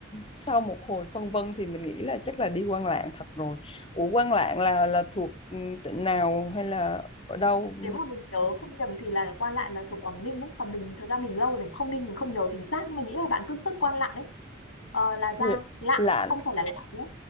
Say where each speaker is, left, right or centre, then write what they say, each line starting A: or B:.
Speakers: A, on the left; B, on the left.
A: sau một hồi phân vân thì mình nghĩ là chắc là đi Quan Lạng thật rồi. Ủa Quan Lạng là là thuộc ừ, tỉnh nào hay là ở đâu?
B: nếu mà mình nhớ không nhầm thì là Quan Lạn là thuộc Quảng Ninh đấy còn mình thật ra mình lâu rồi mình không đi mình không nhớ chính xác nhưng mà nghĩ là bạn cứ search Quan Lạn đấy ờ, là ra
A: Ừ, L-
B: Lạn
A: Lạng
B: không phải là Lạn nhé